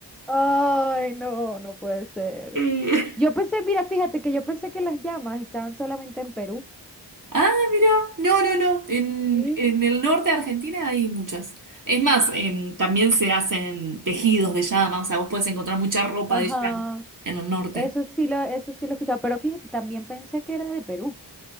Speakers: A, in the centre; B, on the right (about 45°).
A: Ay, no, no puede ser.
B: Eh,
A: Yo pensé, mira, fíjate que yo pensé que las llamas estaban solamente en Perú.
B: Ah, mira, no, no, no. En,
A: Sí.
B: en el norte de Argentina hay muchas. Es más, em, también se hacen tejidos de llama, o sea, vos podés encontrar mucha ropa
A: Ajá.
B: de llama en el norte.
A: Eso sí lo, eso sí lo he escuchado, pero fíjate, también pensé que era de Perú.